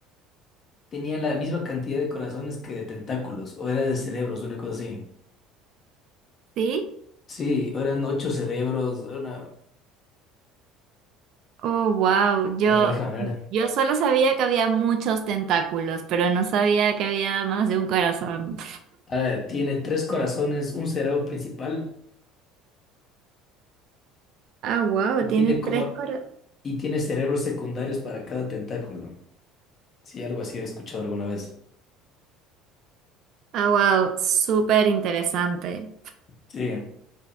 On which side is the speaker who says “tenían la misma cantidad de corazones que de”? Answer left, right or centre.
Left